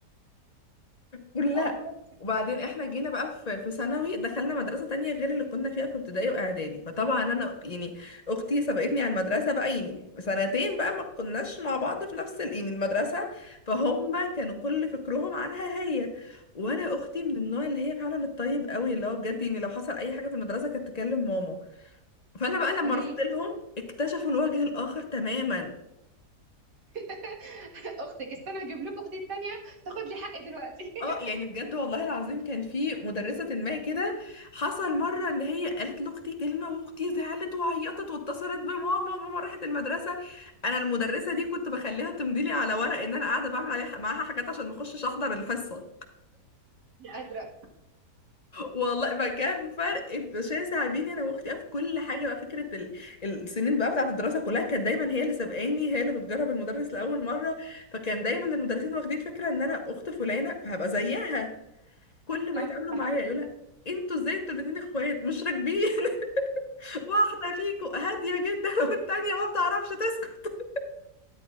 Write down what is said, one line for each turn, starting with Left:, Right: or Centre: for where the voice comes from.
Left: كلها
Right: اه
Left: وبعدين احنا جينا بقى في في ثانوي دخلنا مدرسة تانية غير اللي كنا فيها في ابتدائي واعدادي فطبعا انا يعني اختي سبقتني على المدرسة بقى يعني سنتين بقى ما كناش مع بعض في نفس ال- يعني المدرسة فهم كانوا كل فكرهم عنها هي وانا اختي من النوع اللي هي فعلا الطيب قوي اللي هو بجد يعني لو حصل اي حاجة في المدرسة كانت تكلم ماما فانا بقى لما
Right: امم
Left: رحت لهم اكتشفوا الوجه الاخر تماما
Right: <laughs> اختك استنى اجيب لكم اختي التانيه تاخد لي حقي دلوقتي <laughs>
Left: اه يعني بجد والله العظيم كان في مدرسة ما كده حصل مرة ان هي قالت لاختي كلمة واختي زعلت وعيطت واتصلت بماما وماما راحت المدرسة انا المدرسة دي كنت بخليها تمضي لي على ورق ان انا قاعدة بعمل عليها معاها حاجات عشان ما اخشش احضر الحصة
Right: مش قادره
Left: والله ما كان فرق شاسع بيني انا واختي في كل حاجة بقى فكرة ال- السنين بقى بتاعة الدراسة كلها كانت دايما هي اللي سابقاني هي اللي بتجرب المدرس لأول مرة فكان دايما المدرسين واخدين فكرة ان انا اخت فلانة فهبقى زيها كل ما
Right: صح
Left: يتعاملوا
Right: ده
Left: معايا
Right: حقيقي
Left: يقولوا لها انتوا ازاي انتوا الاتنين اخوات مش راكبين <laughs> واحده فيكم هاديه جدا <laughs> والتانيه ما بتعرفش تسكت